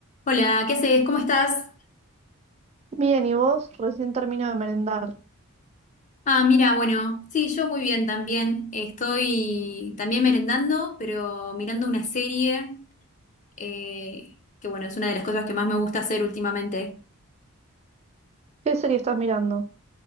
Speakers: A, on the left (about 35°); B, on the right (about 30°).
A: Hola, ¿qué haces? ¿Cómo estás?
B: Bien, ¿y vos? Recién termino de merendar.
A: Ah, mira, bueno, sí, yo muy bien también. Estoy también merendando, pero mirando una serie, eh, que bueno, es una de las cosas que más me gusta hacer últimamente.
B: ¿Qué serie estás mirando?